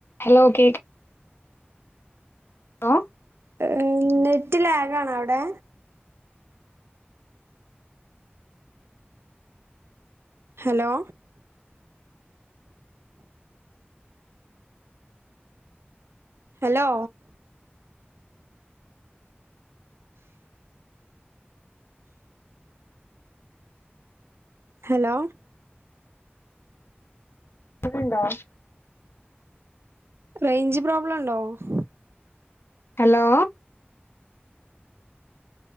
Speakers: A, on the left; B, on the right.
A: ഹലോ കേക് ലോ
B: ഏഹ് നെറ്റ് ലാഗാണോ അവിടെ ഹലോ ഹലോ ഹലോ
A: ക്ക്‌ണ്ടോ
B: റേഞ്ച് പ്രോബ്ലം ഉണ്ടോ
A: ഹലോ